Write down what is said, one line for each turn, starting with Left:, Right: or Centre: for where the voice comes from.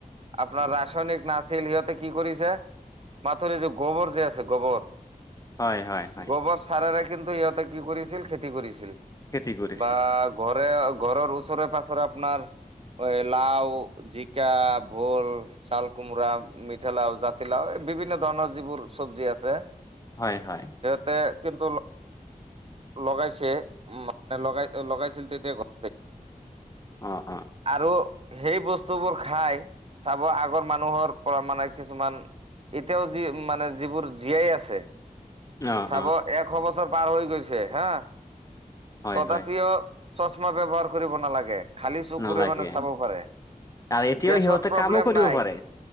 Right: আপোনাৰ ৰাসায়নিক নাছিল সিহঁতে কি কৰিছে মাথৰি যে গোবৰ যে আছে গোবৰ
Left: হয় হয়। হয়
Right: গোবৰ চাৰেৰে কিন্তু ইিহঁতে কি কৰিছিল খেতি কৰিছিল
Left: খেতি কৰিছিল
Right: বা ঘৰে ঘৰৰ ওচৰে পাছৰে আপোনাৰ লাও জিকা ভোল ছাল কোমোৰা মিঠ লাও জাতিলাও এই বিভিন্ন ধৰণৰ যিবোৰ চবজি আছে।
Left: হয় হয়।
Right: তে কিন্তু লগাইছে মান লগাই লগাইছিল তেতিয়া ঘৰ
Left: অঁ অঁ।
Right: আৰু সেই বস্তুবোৰ খাই চাব আগৰ মানুহৰ পৰা মানে কিছুমান এতিয়াও যি মানে যিবোৰ জীয়াই আছে।
Left: অ
Right: চাব
Left: অ
Right: এশ বছৰ পাৰ হৈ গৈছে হা,
Left: হয়
Right: তথাপিও
Left: হয়
Right: চশমা ব্যৱহাৰ কৰিব নালাগে। খালী চকুৰে
Left: নালাগে
Right: মানে চাব পাৰে,
Left: আৰু এতিয়াও
Right: গেছৰ
Left: সিহঁতে
Right: প্ৰব্লেম
Left: কামো কৰিব
Right: নাই।
Left: পাৰে